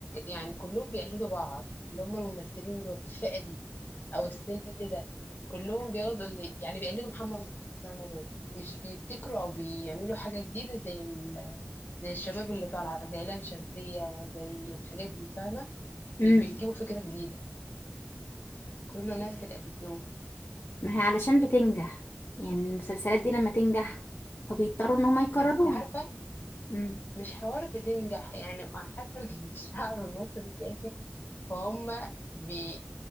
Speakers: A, on the left; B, on the left.
A: يعني كلهم بيقلدوا بعض اللي هم الممثلين دول في الفئه دي او السن ده كلهم بياخدوا اللي- يعني بيقلدوا محمد رمضان مش بيبتكروا او بيعملوا حاجه جديده زي ال... زي الشباب اللي طالعه زي لام شمسيه زي الحاجات دي فاهمه
B: امم
A: مش بيجيبوا فكره جديده كله نفس الاتيتيود
B: ما هي علشان بتنجح يعني المسلسلات دي لما تنجح فبيضطروا ان هما يكرروها
A: بس عارفه
B: امم
A: مش حوار بتنجح يعني حاسه ان <laughs> الشعب المصري تافه فهم بي